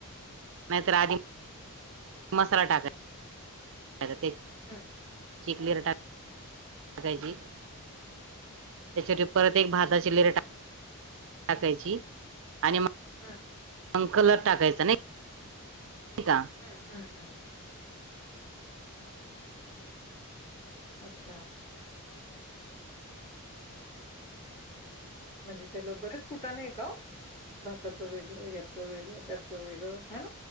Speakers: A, on the right; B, on the left.
A: नाय तर आदीम मसाला टाकाय तर, ते.
B: हम्म्.
A: शिकर कायची त्याच्यावर परत एक भाताची लेरीा टाकायची आणि म
B: हम
A: अंकलर टाकायचं नाही ठी का
B: हा हम हम. अच्छा. म्हणजे त्याला बरेच कुठाने आहे का. भाताचं वेगळं ह्याचं वेगळं त्याचं वेगळं है ना.